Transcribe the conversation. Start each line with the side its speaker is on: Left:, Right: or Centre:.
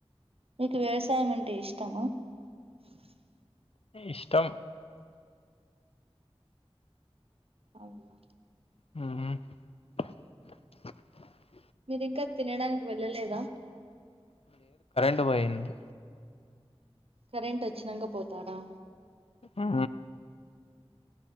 Right: మీకు వ్యవసాయం అంటే ఇష్టమ అ <unintelligible>
Left: ఇష్టం
Right: అవున
Left: మ్
Right: మీరి ఇంకా తినడానికి వెళ్ళలేదా
Left: టు పోయింది.
Right: కరెంట్ వచ్చినంక పోతారా
Left: ఆ